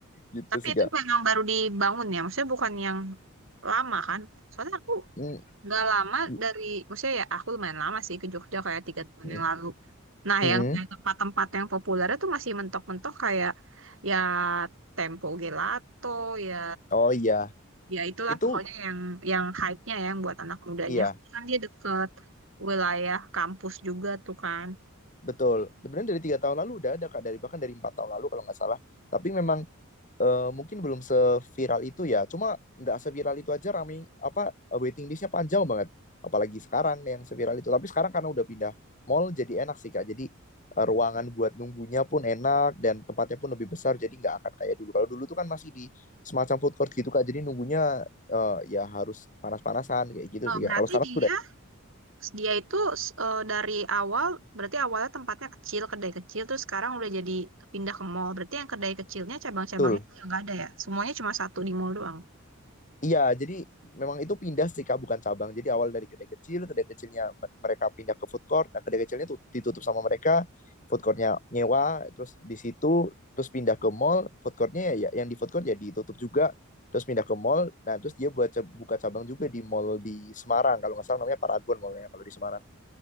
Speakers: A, on the left; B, on the right.
A: gitu
B: Tapi
A: sih
B: itu
A: kak
B: memang baru dibangun ya. Maksudnya bukan yang lama kan. Soalnya aku
A: Mm,
B: nggak lama
A: mm,
B: dari, maksudnya ya aku lumayan lama sih ke Jogja kayak tiga tahun
A: mm,
B: yang lalu. Nah,
A: mm.
B: yang kayak tempat-tempat yang populer itu masih mentok-mentok kayak ya Tempo Gelato, ya
A: oh iya
B: ya itulah
A: itu
B: pokoknya yang yang hype-nya ya, yang buat anak mudanya.
A: iya
B: Kan dia deket wilayah kampus juga tuh kan.
A: Betul. Sebenarnya dari tiga tahun lalu udah ada Kak, dari bahkan dari empat tahun lalu kalau nggak salah. Tapi memang eh, mungkin belum seviral itu ya. Cuma nggak seviral itu aja rame apa eh, waiting listnya panjang banget. Apalagi sekarang yang seviral itu. Tapi sekarang karena udah pindah mall jadi enak sih Kak. Jadi eh, ruangan buat nunggunya pun enak dan tempatnya pun lebih besar. Jadi nggak akan kayak dulu. Kalau dulu tuh kan masih di semacam food court gitu Kak. Jadi nunggunya eh, ya harus panas-panasan kayak gitu
B: Oh,
A: sih
B: berarti
A: Kak. Kalau sekarang
B: dia
A: sudah
B: dia itu eh, dari awal berarti awalnya tempatnya kecil kedai kecil terus sekarang udah jadi pindah ke mall. Berarti yang kedai kecilnya cabang-cabangnya
A: betul.
B: udah nggak ada ya? Semuanya cuma satu di mall doang.
A: Iya, jadi memang itu pindah sih Kak, bukan cabang. Jadi awal dari kedai kecil, kedai kecilnya me- mereka pindah ke food court. Nah, kedai kecilnya tuh ditutup sama mereka, food courtnya nyewa, terus di situ terus pindah ke mall, food courtnya ya ya- yang di food court ya ditutup juga, terus pindah ke mall. Nah, terus dia buat ce- buka cabang juga di mall di Semarang, kalau nggak salah namanya Paragon mallnya kalau di Semarang.